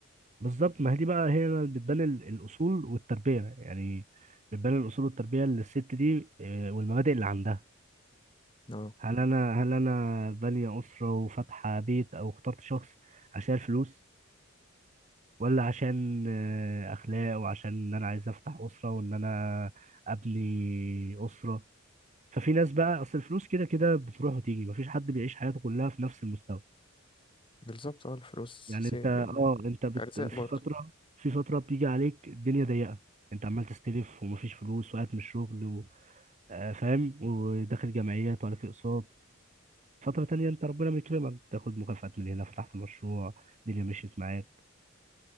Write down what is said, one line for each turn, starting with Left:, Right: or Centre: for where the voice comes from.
Right: بالظبط ما هي دي بقى هي اللي بتبان ال- الاصول والتربيه يعني بتبان الاصول والتربيه للست دي آه، والمبادئ اللي عندها
Left: اه
Right: هل انا هل انا بانيه اسره وفاتحه بيت او اخترت شخص عشان الفلوس ولا عشان آه، اخلاق وعشان ان انا عايز افتح اسره وان انا ابني اسره ففي ناس بقى اصل الفلوس كده كده بتروح وتيجي مفيش حد بيعيش حياته كلها في نفس المستوى
Left: بالظبط اه الفلوس
Right: يعني
Left: سي...
Right: انت اه انت بت...
Left: ارزاق
Right: في
Left: برضو
Right: فتره في فتره بتيجي عليك الدنيا ضيقه انت عمال تستلف ومفيش فلوس وقاعد من الشغل و... آه، فاهم وداخل جمعيات وعليك اقساط فتره تانية انت ربنا بيكرمك تاخد مكافآت من هنا فتحت مشروع الدنيا مشيت معاك